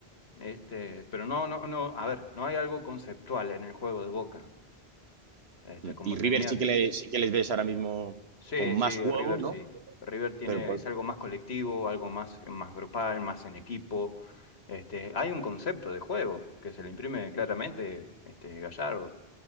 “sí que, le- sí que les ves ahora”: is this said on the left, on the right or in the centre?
Right